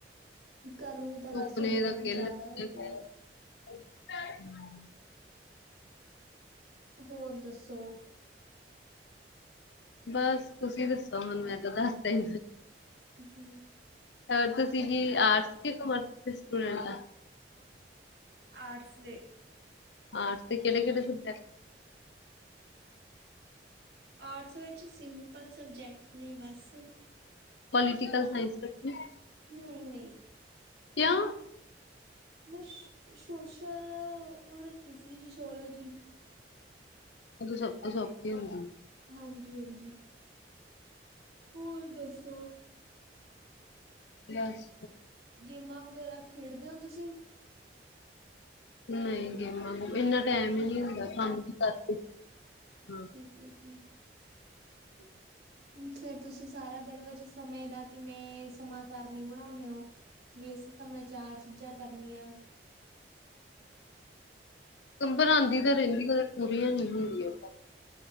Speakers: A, on the right (about 65°); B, on the left (about 75°).
A: ਗਰਮੀ ਤਾਂ ਵੈਸੇ
B: ਧੁੱਪ ਨੇ
A: ਬਹੁਤ
B: ਤਾਂ ਕਿੱਲ
A: ਜ਼ਿਆਦਾ
B: ਕੱਢੇ
A: ਹੋਈ
B: ਪਏ
A: ਪਈ ਆ
B: <inaudible>
A: ਹੋਰ ਦੱਸੋ
B: ਬਸ ਤੁਸੀਂ ਦੱਸੋ ਹੁਣ ਮੈਂ ਤਾਂ ਦਸਤਾ ਏ
A: ਹਮ
B: ਹੋਰ ਤੁਸੀ ਵੀ ਆਰਟਸ ਕੇ ਕਮਰਸ ਤੇ ਸਟੂਡੈਂਟ ਆ <inaudible>
A: ਆਰਟ੍ਸ ਦੇ
B: ਆਰਟ੍ਸ ਤੇ ਕਿਹੜੇ ਕਿਹੜੇ ਸਬ
A: ਆਰਟ੍ਸ ਵਿੱਚ ਕੁਛ ਸਿੰਪਲ ਸਬਜੈਕਟ ਨੇ ਬਸ
B: ਪੋਲੀਟੀਕਲ ਸਾਇੰਸ ਵਰਗੇ।
A: ਨਹੀਂ ਨਹੀਂ
B: ਕੇਆ
A: ਮੈਂ ਸ਼ੋਸ਼ਲ, ਉਹ ਰੱਖੀ ਸੀਗੀ ਸੋਸ਼ੋਲੋਜੀ
B: ਔ ਤੇ ਸਭ ਤੋਂ ਸੌਖੀ ਹੁੰਦੀ
A: ਹਾਂਜੀ ਹਾਂਜੀ ਹੋਰ ਦੱਸੋ
B: ਲਿਆ ਸੀ
A: ਗੇਮਾਂ ਵਗੈਰਾ ਖੇਡਦੇ ਹੋ ਤੁਸੀਂ।
B: ਨਹੀਂ ਗੇਮਾਂ ਗ ਇੰਨਾ ਟਾਈਮ ਹੀ ਨਹੀਂ ਹੁੰਦਾ ਕੰਮ ਦੇ ਕਰਕੇ। ਹਾਂ
A: ਠੀਕ ਹੈ ਜੀ। ਹ ਫੇ <inaudible> ਤੁਸੀਂ ਸਾਰਾ ਦਿਨ ਵਿੱਚ ਸਮੇਂ ਦਾ ਕਿਵੇਂ ਸਮਾਸਰਨੀ ਬਣਾਉਂਦੇ ਹੋ ਵੀ ਇਸ ਸਮੇਂ ਚਾਰ ਚੀਜ਼ਾਂ ਕਰਨੀਆਂ।
B: ਬਨੁਦੀਆ ਤਾਂ ਰਹਿੰਦੀ ਕ ਪੂਰੀਆਂ ਨਹੀਂ ਹੁੰਦੀਆਂ ਉਹ।